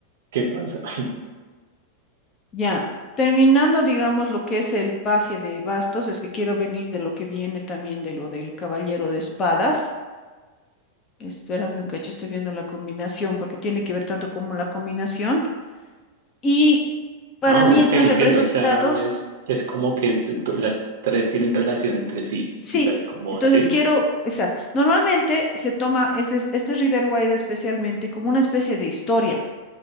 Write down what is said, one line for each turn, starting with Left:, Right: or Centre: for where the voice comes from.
Right: ¿qué pasa? <laughs>
Left: Ya, terminando, digamos, lo que es el paje de bastos, es que quiero venir de lo que viene también de lo del caballero de espadas. Espérame un cacho, estoy viendo la combinación, porque tiene que ver tanto como la combinación. Y para
Right: No,
Left: mí
Right: ok,
Left: están
Right: entiendo,
Left: representados,
Right: o sea, es, es como que t- t- las tres tienen relación entre sí,
Left: sí.
Right: o sea, es como,
Left: Entonces
Right: sí,
Left: quiero, exacto. Normalmente se toma este, este Rider Waite especialmente como una especie de historia,